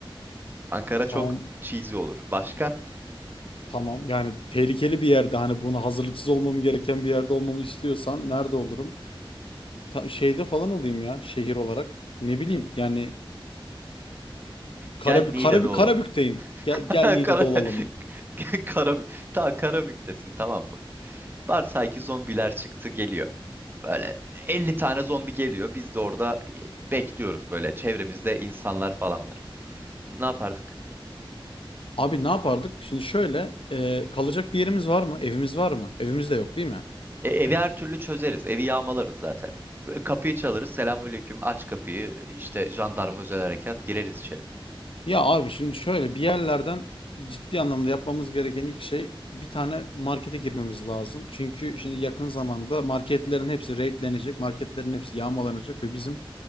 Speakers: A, on the right; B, on the left.
A: Ankara çok
B: Tamam
A: cheesy olur. Başka?
B: tamam. Yani tehlikeli bir yerde hani buna hazırlıksız olmam gereken bir yerde olmamı istiyorsan nerede olurum? Ta- şeyde falan olayım ya şehir olarak. Ne bileyim yani Karabük,
A: Gel Niğde'de
B: Karabük,
A: olalım.
B: Karabük'teyim. Gel,
A: <laughs>
B: gel Niğde'de
A: Kara...
B: olalım ya.
A: <laughs> Karabük. Tamam Karabük'tesin tamam mı? Varsay ki zombiler çıktı geliyor. Böyle 50 tane zombi geliyor. Biz de orada e, bekliyoruz böyle. Çevremizde insanlar falan var. Ne yapardık?
B: Abi ne yapardık? Şimdi şöyle e, kalacak bir yerimiz var mı? Evimiz var mı? Evimiz de yok değil mi?
A: E, evi her türlü çözeriz. Evi yağmalarız zaten. Ve Kapıyı çalarız. Selamünaleyküm. Aç kapıyı. İşte jandarma özel harekat. Gireriz içeri.
B: Ya abi şimdi şöyle bir yerlerden ciddi anlamda yapmamız gereken ilk şey bir tane markete girmemiz lazım. Çünkü şimdi yakın zamanda marketlerin hepsi raidlenecek, marketlerin hepsi yağmalanacak ve bizim